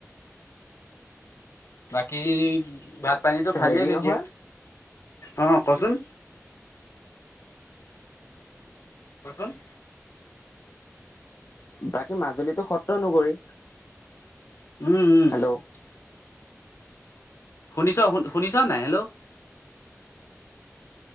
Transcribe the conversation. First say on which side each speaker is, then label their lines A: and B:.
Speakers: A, on the left; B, on the left.
A: বাকী ভাত পানীটো খালিয়েই
B: হেৰি
A: তেতিয়া
B: নহয়।
A: অ' কচোন কোৱাচোন
B: বাকী মাজুলীটো সত্ৰ নগৰী।
A: উম, উম।
B: হেল্ল'
A: শুনিছ শু-শুনিছনে নাই হেল্ল'?